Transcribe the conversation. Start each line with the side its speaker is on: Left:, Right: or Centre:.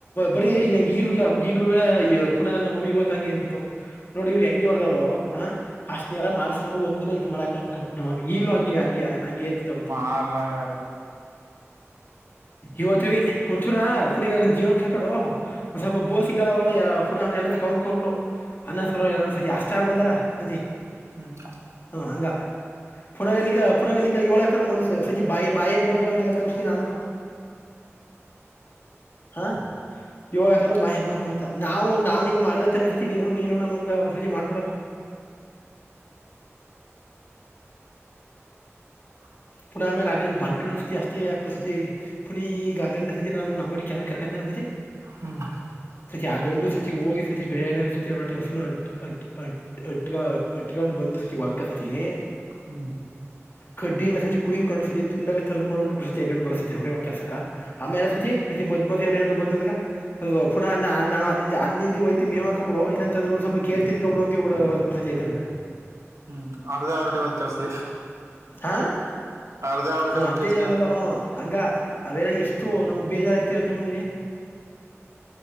Left: ಬರೀ ಹೆಂಗ ಈಗ್ ಈಗ್ಲೂ ಪುನಃ ನಮ್ಮಮ್ಮಿ ಇವತ್ತು ಹಂಗೆ ಅಂತಿತ್ತು ನೋಡಿ ಇವ್ರು ಹೆಂಗಗೆ ಹೇಳ್ದಾರೋ ಆ ಅಷ್ಟನ ಎಲ್ಲ ಮಾಡಸ್ಕೊಂಡು ಒಂದ್ನ ಇದ್ ಮಾಡಾಕ ಅನ್ಕೊಂಡು ನಮ್ಮಮ್ಮಿ ಈಗ್ಲೂ ಹಂಗೆ ಹಂಗೆ ಅಂತಿತ್ತು ಅವತ್ತು
Right: ಮಾ ಎಲ್ಲಾ ಯಾರ-
Left: ಇವತ್ವಿ ಒಂಚೂರ ಈಗ ಜೀವನ್ ಕಳ್ಕಡು ಒಸ್ವಲ್ಪ ಬೋಸ ಸಿಗಲ್ಲ <unintelligible> ಪುಡ ಅವ್ನ ಎಲ್ಲ ತಗೊಂದ್ಕೋಡ್ಬಿಡು ಅನ್ನ ಸ ಸತಚಿ ಅಷ್ಟಾಳ್ ಬಂದರ ಸತಚಿ
Right: ಹ್ಮ್
Left: ಹಂಗ ಪುಡಗ ಈಗ ಪುಡಗ ಈಗ ಏಳಕರ ಮಸ್ಸು ಸಚಿ ಬಾಯಿ ಬಾಯಂಗ ಬಂದ್ರು ಅಂತ ರ ಆನ್ನದು ಹಾ ಯುವ ಯಕರು ಭಯಂಗ ಬಂದ ಅಂತ ನಾವು ನಾವ್ ಹಂಗ ಮಾಡಲತಾನ ಸಚಿ ನೀನು ನೀನು ನಮಂಗ ಸಚಿ ಮಾಡ್ಕೊಡದು
Right: ಹ
Left: ಪುನ ಆಮೇಲೆ ಅಗನ್ ಬಂಟು ಸತಿ ಅಸ್ತಿ ಹಾಕ ಸತಿ ಪುನ ಈಗ ಸತಿ ನಾನು ನಂಬ ಕರ್ಕತಿ
Right: ಹ್ಮ್
Left: ಸಚಿ ಆಗಂಡು ಸಚಿ ಹೋಗಿ ಸಚಿ ಬಿರಿಯಾನಿ ಆಗ ಸಚಿಟ್ಟಿ ಹಸು ಅಟ್ ಅಟ್ ಅಟ್ಗ್ ಅಟ್ಕೊಂಡ್ ಬಂದು ಸಚಿ ಹೊಲ್ಕ ಸಚಿನಿ
Right: ಹ್ಮ್
Left: ಕಡ್ಡಿ ನಸೆ ಕುಯ್ಕು ಸಿ ತುಂಡಗ ತರದ್ ಮಾಡ್ಬಿಟ್ಟು ಕುಸಗ್ ಬಿಡ ಸಚಿ ಕೆಸಕ ಆಮೇಲೆ ಸಚಿಜ ಮ್ದವನಾದರು ಬಂದದಾಗ ಪುನಃ ಅ ನಾನು ಅಲ್ಲಿ ಅಲ್ಲಿ ಹುಯಿತಿಮಿ ಮೇ್ವ್ಕ ಬಿಡು ಇಲ್ಲ ಅಂದ್ರೆ ಒಂದ ಸ್ವಲ್ಪ ಗೇರ್ ತಿರ್ಕಬ ಬಿಡು ಅಂತ ಹಳ್ಡುಸ ಹೆಗಂಡ
Right: ಹ್ಮ್ ಅರ್ಧ ಆ ರೊಟಿ ಒಲ್ ಕೆರ್ಸಿಯ
Left: ಹಾ
Right: ಅರ್ದ ಅವರಟಲ್
Left: ಹ ಅದೇನ
Right: ಕೆಲ್ಸ
Left: ಅನ್ನೋದು ಹ ಹಂಗ ಅವೆಲ್ಲ ಎಷ್ಟು ನಮಗ್ ಬೇಜಾರ ಐತಿ ಯೋಚಮಡನಿನ್